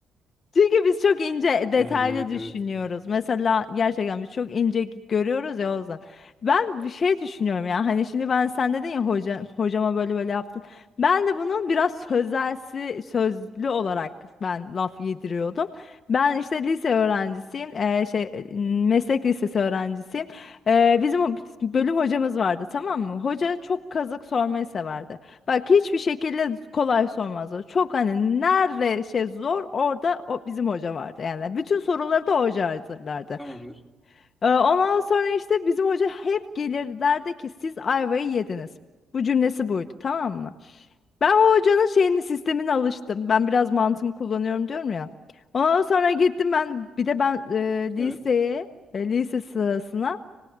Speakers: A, on the left (about 45°); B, in the centre.
A: Çünkü biz çok ince detaylı
B: Yani evet
A: düşünüyoruz.
B: evet.
A: Mesela gerçekten biz çok ince görüyoruz ya Ozan. Ben bir şey düşünüyorum ya. Hani şimdi ben sen dedin ya hoca, hocama böyle böyle yaptın. Ben de bunun biraz sözelsi, sözlü olarak ben laf yediriyordum. Ben işte lise öğrencisiyim. Eee, şey meslek lisesi öğrencisiyim. Eee, bizim o- bölüm hocamız vardı tamam mı? Hoca çok kazık sormayı severdi. Bak hiçbir şekilde kolay sormazdı. Çok hani nerede şey zor orada o bizim hoca vardı. Yani bütün soruları da hoca hazırlardı.
B: Tamamdır.
A: Ee, ondan sonra işte bizim hoca hep gelirdi derdi ki siz ayvayı yediniz. Bu cümlesi buydu tamam mı? Ben o hocanın şeyini sistemine alıştım. Ben biraz mantığımı kullanıyorum diyorum ya. Ondan sonra gittim ben bir de ben e, liseye
B: Evet. <laughs>
A: e, lise sırasına